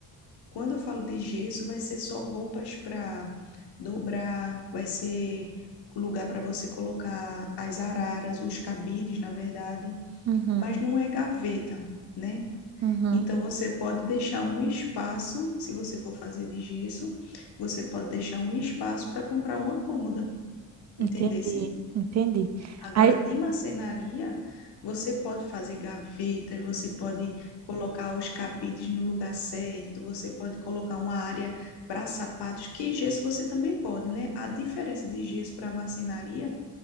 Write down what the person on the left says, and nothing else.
Quando eu falo de gesso, vai ser só roupas para dobrar, vai ser lugar para você colocar as araras, os cabides, na verdade,
mas não é gaveta, né?
Então você pode deixar um espaço, se você for fazer de gesso, você pode deixar um espaço para comprar uma cômoda,
entendeu?
Agora,
de marcenaria, você pode fazer gavetas, você pode colocar os cabides no lugar certo, você pode colocar uma área para sapatos, que gesso você também pode, né? A diferença de gesso para marcenaria